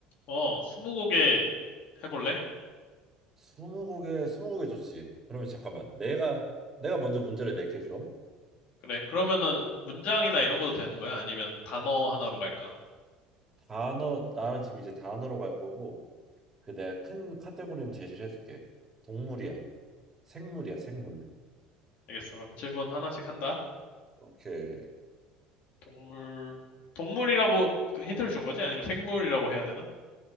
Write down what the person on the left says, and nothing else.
어, 스무고개 해볼래?
그래. 그러면은 문장이나 이런 것도 되는 거야? 아니면 단어 하나로 갈까?
알겠어. 그럼 질문 하나씩 한다.
동물, 동물이라고 그 힌트를 준 거지? 아니면 생물이라고 해야 되나?